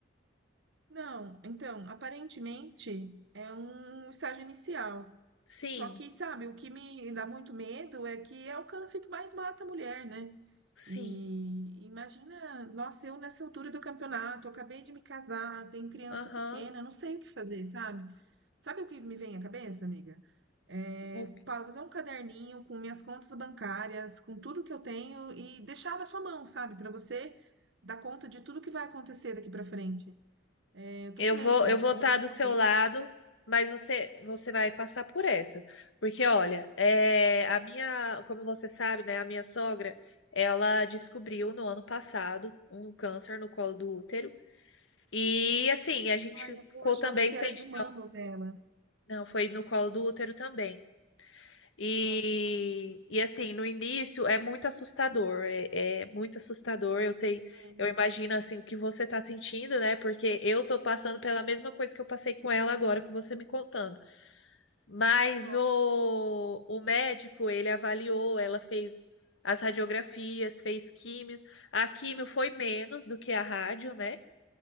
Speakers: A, on the right (about 65°); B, on the left (about 80°).
A: Não, então, aparentemente é um estágio inicial.
B: Sim,
A: Só que, sabe, o que me dá muito medo é que é o câncer que mais mata a mulher, né?
B: sim.
A: E imagina, nossa, eu nessa altura do campeonato, acabei de me casar, tenho criança
B: Aham.
A: pequena, não sei o que fazer, sabe? Sabe o que me vem à cabeça, amiga? É,
B: O-
A: pa- fazer um caderninho com minhas contas bancárias, com tudo que eu tenho e deixar na sua mão, sabe? Para você dar conta de tudo que vai acontecer daqui para frente. Eu tô
B: Eu
A: com medo,
B: vou, eu vou
A: tô com
B: estar
A: medo de
B: do
A: morrer.
B: seu lado, mas você, você vai passar por essa. Porque, olha, é, a minha, como você sabe, né, a minha sogra, ela descobriu no ano passado um câncer no colo do útero. E assim, a gente
A: Ai, mas
B: ficou
A: eu achava
B: também
A: que
B: sem
A: era de
B: chão.
A: mama o dela.
B: Não, foi no colo do útero também. E,
A: Nossa,
B: e assim, no início é muito assustador, é, é muito assustador. Eu sei,
A: sim.
B: eu imagino assim o que você tá sentindo, né? Porque eu tô passando pela mesma coisa que eu passei com ela agora, com você me contando. Mas
A: Nossa.
B: o, o médico, ele avaliou, ela fez as radiografias, fez químios. A químio foi menos do que a rádio, né?